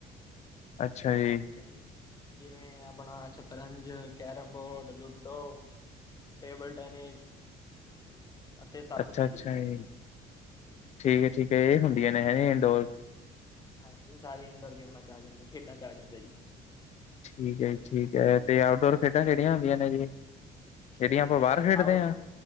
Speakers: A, on the left; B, on the left.
A: ਅੱਛਾ ਜੀ।
B: ਕਈ ਜਿਵੇਂ ਆਪਣਾ ਸ਼ਤਰੰਜ, carrom board, ludo table tennis.
A: <inaudible>
B: ਅਤੇ ਸੱਪ
A: ਅੱਛਾ-ਅੱਛਾ
B: ਸੀੜੀ
A: ਜੀ ਠੀਕ ਹੈ-ਠੀਕ ਹੈ ਇਹ ਹੁੰਦੀਆਂ ਨੇ ਹੈ ਇੰਡੋਰ।
B: ਹਾਂਜੀ ਇਹ ਸਾਰੀਆਂ ਇੰਡੋਰ ਗੇਮਾਂ ਚ ਆ ਜਾਂਦੇ ਖੇਡਾਂ ਚ ਆ ਜਾਂਦਾ ਜੀ।
A: ਠੀਕ ਹੈ ਜੀ, ਠੀਕ ਹੈ। ਤੇ ਆਊਟਡੋਰ ਖੇਡਾਂ ਕਿਹੜੀਆਂ ਹੁੰਦੀਆਂ ਨੇ ਜੀ। ਜਿਹੜੀਆਂ
B: ਤੇ,
A: ਆਪਾਂ ਬਾਹਰ ਖੇਡਦੇ
B: ਆਉਡ
A: ਹਾਂ